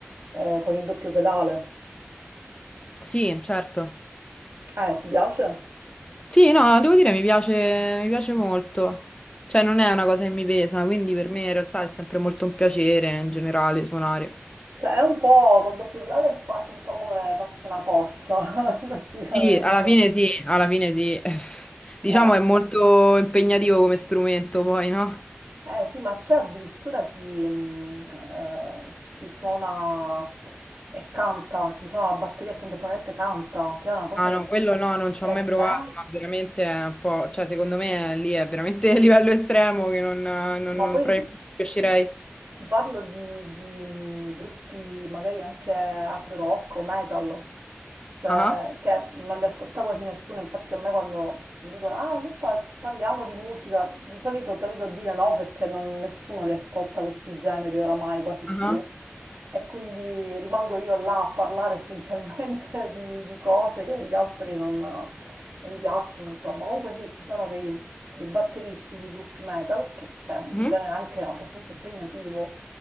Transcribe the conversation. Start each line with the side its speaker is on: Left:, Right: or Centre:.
Right: eh, con il doppio pedale,
Left: sì, certo.
Right: eh, ti piace?
Left: Sì, no, devo dire mi piace, mi piace molto. Cioè, non è una cosa che mi pesa, quindi per me in realtà è sempre molto un piacere in generale suonare.
Right: Cioè, è un po' col doppio pedale è quasi un po' come farsi una corsa, <laughs> praticamente.
Left: Sì, alla fine sì, alla fine sì. <laughs> Diciamo
Right: Eh,
Left: è molto impegnativo come strumento, poi, no?
Right: eh, sì, ma c'è addirittura chi, mh, eh, chi suona e canta, chi suona la batteria e contemporaneamente canta, che è una cosa
Left: Ah
Right: che
Left: no, quello no, non ci
Right: per
Left: ho mai
Right: me.
Left: provato, ma veramente è un po', cioè secondo me lì è veramente <laughs> a livello estremo che non, non,
Right: Ma
Left: non
Right: poi
Left: probabilmente ci riuscirei.
Right: ti, ti parlo di, di, mh, gruppi magari anche hard rock o metal, cioè
Left: Ah,
Right: che non li ascolta quasi nessuno, infatti a me quando mi dicono ah che fa? Parliamo di musica, di solito tendo a dire no perché non- nessuno li ascolta questi generi oramai quasi più
Left: ah,
Right: e quindi rimango io là a parlare essenzialmente <laughs> di, di cose che gli altri non non gli piacciono, insomma. Comunque sì, ci sono dei dei batteristi di gruppi metal, che è un
Left: mhm.
Right: genere anche abbastanza impegnativo,